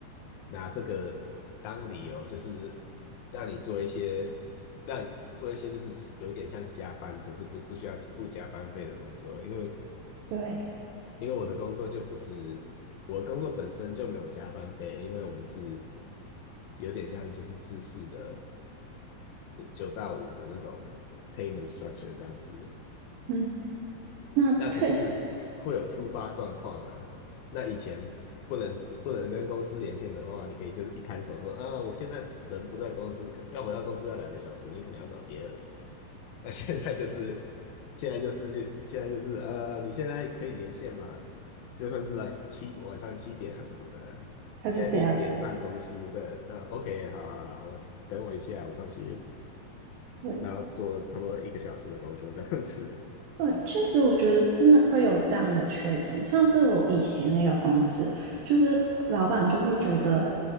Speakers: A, on the left; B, on the right.
A: 拿这个当理由，就是让你做一些让你做一些就是有一点像加班，可是不不需要付加班费的工作，因为
B: 对，
A: 因为我的工作就不是，我的工作本身就没有加班费，因为我们是有点像就是制式的九到五的那种 payment structure 这样子。
B: 嗯，那确实是，
A: 那可是会有突发状况啊。那以前不能不能跟公司连线的话，你可以就是一摊手说啊，我现在人不在公司，可要回到公司要两个小时，你可能要找别人。那现在就是现在就是去现在就是呃，你现在可以连线吗？就算是来七晚上七点啊什么的，
B: 还是这样的。
A: 你现在可以连上公司的那 OK，好好好我等我一下，我上去，
B: 对，
A: 然后做差不多一个小时的工作这样子，
B: 对，确实，我觉得真的会有这样的缺点。像是我以前那个公司，就是老板就会觉得，